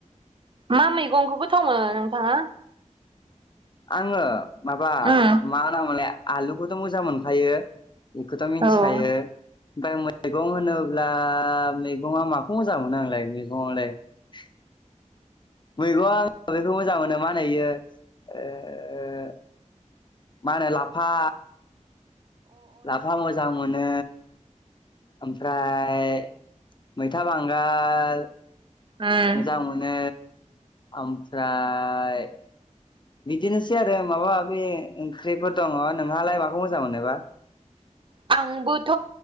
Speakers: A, on the right; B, on the left.
A: मा मैगंखौ गोथाव मोनो नोंथाङा
B: आङो माबा
A: उम
B: मा होना मोनलाय आलुखौथ' मोजां मोनखायो बेखौथ' मिथिखायो
A: औ अ
B: ओमफ्राय मैगं होनोब्ला मैगंआ माखौ मोजां मोनो आंलाय मैगङावलाय <unintelligible> मैगंआ आं बेखौ मोजां मोनो मा होनो इयो ओ मा होनो लाफा लाफा मोजां मोनो ओमफ्राय मैथा बांगाल
A: उम
B: मोजां मोनो ओमफ्राय बिदिनोसै आरो माबा माबि ओंख्रिफोर दङ नोंहालाय माखौ मोजां मोनोबा
A: आंबोथ'